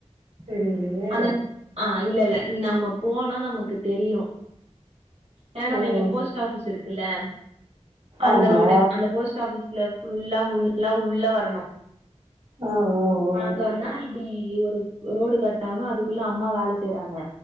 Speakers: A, on the right; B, on the right.
A: தெரியலையே
B: அந்த ஆ இல்ல இல்ல நம்ம போனா நமக்கு தெரியும் ஏனா நம்ம
A: ம்
B: இங்க போஸ் ட்ஆபிஸ் இருக்குல்ல அந்த
A: ஆமா
B: ரோடு அந்த போஸ்ட் ஆபிஸ் ல ஃபுல்லா முள்ளா உள்ள வரணும்
A: ஆ ஆ ஆ
B: அங்க வந்தா இப்டி ஒரு ரோடு கட் ஆகும் அதுக்குள்ள அம்மா வேல செய்றாங்க